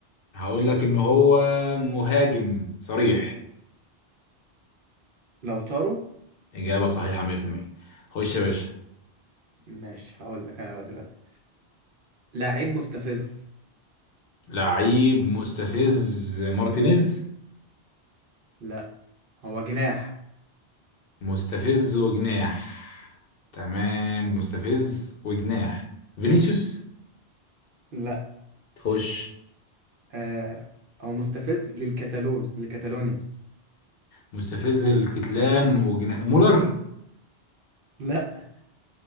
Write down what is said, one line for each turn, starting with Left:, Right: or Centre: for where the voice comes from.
Left: هقول لك ان هو مهاجم صريح
Right: لو طاروا
Left: اجابة صحيحة 100% خش يا باشا
Right: ماشي هقول لك انا بقى دلوقتي لعيب مستفز
Left: لعيب مستفز مارتينيز
Right: لا هو جناح
Left: مستفز وجناح تمام مستفز وجناح فينيسيوس
Right: لا
Left: خش
Right: آه هو مستفز للكتالون لكتالونيا
Left: مستفز الكتلان وجناح مولر
Right: لا